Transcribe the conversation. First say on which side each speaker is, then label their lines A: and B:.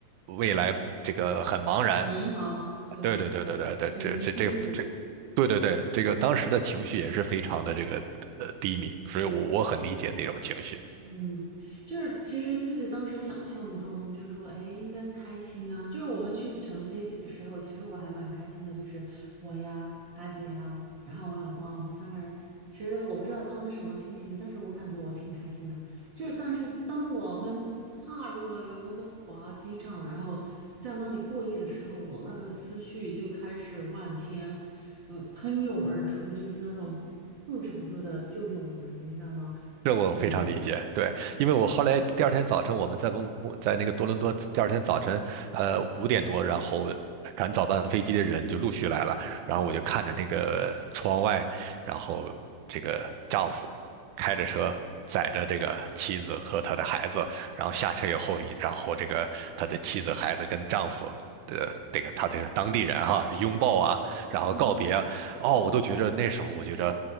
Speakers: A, on the right; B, on the right.
A: 未来这个很茫然。
B: 很迷茫，对，
A: 对对对对对对，
B: 很无助，
A: 这这这这，对对对，这个当时的情绪也是非常的这个呃低迷，所以我我很理解那种情绪。
B: 嗯，就是其实自己当时想象中就是说，哎，应该开心啊。就是我们去乘飞机的时候，其实我还蛮开心的，就是我呀、孩子呀，然后我老公啊，我们三个人。其实我不知道他们什么心情，但是我感觉我挺开心的。就是，但是当我们踏入那个温哥华机场，然后在那里过夜的时候，我那个思绪就开始万千，呃，喷涌而出，就是那种控制不住的就涌来，你知道吗？
A: 这我非常理解，
B: 对，
A: 对，因为我后来第二天早晨，我们在蒙古在那个多伦多，第二天早晨，呃，五点多，然后赶早班飞机的人就陆续来了，然后我就看着那个窗外，然后这个丈夫开着车载着这个妻子和他的孩子，然后下车以后，然后这个他的妻子、孩子跟丈夫。呃，这个他这个当地人哈，拥抱啊，然后告别啊，
B: 嗯
A: 哦，
B: 嗯，
A: 我都觉着那时候，我觉着